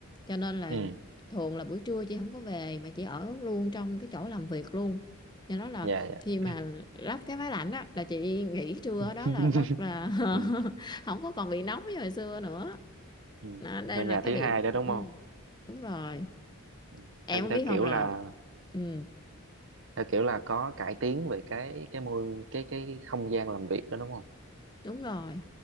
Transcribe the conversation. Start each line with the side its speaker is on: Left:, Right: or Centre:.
Left: cho nên là
Right: ừ,
Left: thường là buổi trưa chị không có về mà chị ở luôn trong cái chỗ làm việc luôn do đó là
Right: dạ,
Left: khi mà
Right: dạ.
Left: lắp cái máy lạnh đó là chị nghỉ trưa
Right: <laughs>
Left: ở đó là rất là
Right: Ừ,
Left: <laughs> không có còn bị nóng như hồi xưa nữa
Right: ừ.
Left: đó, đây
Right: Ở
Left: là
Right: nhà
Left: cái
Right: thứ
Left: điểm
Right: hai đó đúng
Left: ừ,
Right: không?
Left: đúng rồi
Right: Ừ.
Left: em
Right: Theo,
Left: có
Right: theo
Left: biết không
Right: kiểu
Left: là
Right: là
Left: ừ,
Right: theo kiểu là có cải tiến về cái cái môi cái cái không gian làm việc đó đúng không?
Left: đúng rồi